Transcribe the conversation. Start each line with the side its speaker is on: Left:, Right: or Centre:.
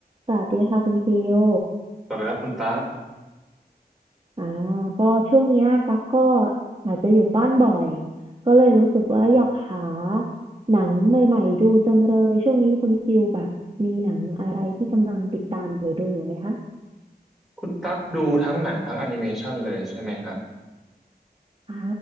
Right: สวัสดีค่ะคุณฟิล
Centre: สวัสดีครับคุณตั๊ก
Right: อ่าก็ช่วงเนี้ยตั๊กก็อาจจะอยู่บ้านบ่อยก็เลยรู้สึกว่าอยากหาหนังใหม่ๆดูจังเลยช่วงนี้คุณฟิลแบบมีหนังอะไรที่กำลังติดตามหรือดูอยู่ไหมคะ
Centre: คุณตั๊กดูทั้งหนังทั้งแอนิเมชันเลยใช่ไหมฮะ
Right: อ่า